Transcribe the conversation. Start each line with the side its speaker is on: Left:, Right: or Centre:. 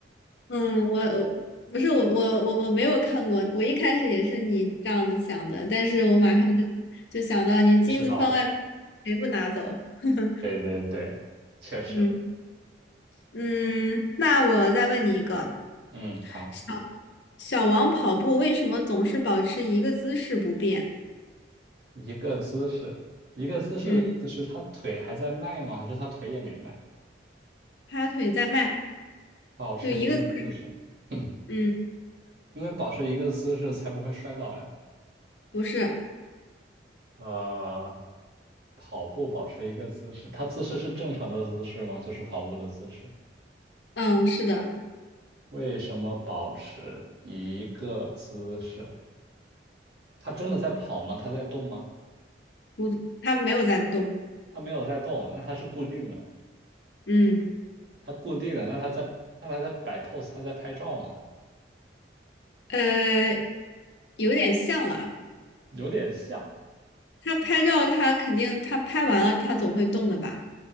Left: 嗯，我我不是我我我我没有看过，我一开始也是你这样子想的，但是我马上就就想到你金子放外面，
Right: 意识到了。
Left: 谁不拿走？<laughs>
Right: 对对对，确实。
Left: 嗯嗯，那我再问你一个，
Right: 嗯，好，
Left: 小小王跑步为什么总是保持一个姿势不变？
Right: 一个姿势，一个姿势的意思是他腿还在迈吗？
Left: 嗯，
Right: 还是他腿也没迈？
Left: 他腿在迈，
Right: 保持一个姿势，
Left: 就一个姿势。
Right: <laughs>
Left: 嗯，
Right: <clears throat> 因为保持一个姿势才不会摔倒呀。
Left: 不是，
Right: 呃，跑步保持一个姿势，它姿势是正常的姿势吗？就是跑步的姿势。
Left: 嗯，是的，
Right: 为什么保持一个姿势？它真的在跑吗？它在动吗？
Left: 不，他没有在动。
Right: 它没有在动，那它是固定的，
Left: 嗯，
Right: 它固定的，那它在，那它在摆 pose，它在拍照嘛，
Left: 呃，有点像了。
Right: 有点像。
Left: 他拍照，他肯定他拍完了，他总会动的吧？